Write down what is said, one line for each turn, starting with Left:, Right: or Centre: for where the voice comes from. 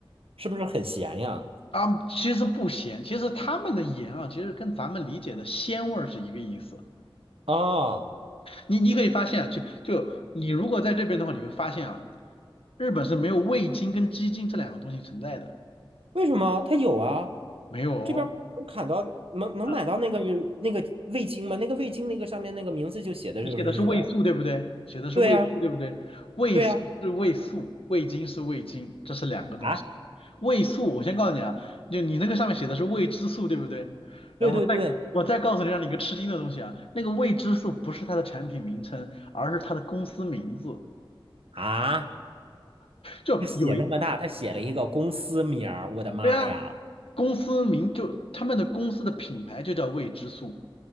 Right: 是不是很咸呀？
Left: 啊，其实不咸，其实他们的盐啊，其实跟咱们理解的鲜味儿是一个意思。
Right: 啊，
Left: 你你可以发现啊，就就你如果在这边的话，你会发现啊，日本是没有味精跟鸡精这两个东西存在的。
Right: 为什么？它有啊，
Left: 没有哦，
Right: 这边儿能砍到能能买到那个那个味精吗？
Left: 呃，
Right: 那个味精那个上面那个名字就写的就是日文。
Left: 你写的是味素对不对？写的是味素对不对？
Right: 对呀、
Left: 味素是味素，
Right: 对呀，
Left: 味精是味精，这是两个东西。
Right: 啊，
Left: 味素，我先告诉你啊，就你那个上面写的是未知素对不对？然后再我再告诉你，
Right: 对对对，
Left: 让你一个吃惊的东西啊，那个未知素不是它的产品名称，而是它的公司名字。
Right: 啊，
Left: 就有一，
Right: 他写那么大，他写了一个公司名儿，我的妈呀！
Left: 对啊，公司名就他们的公司的品牌就叫未知素。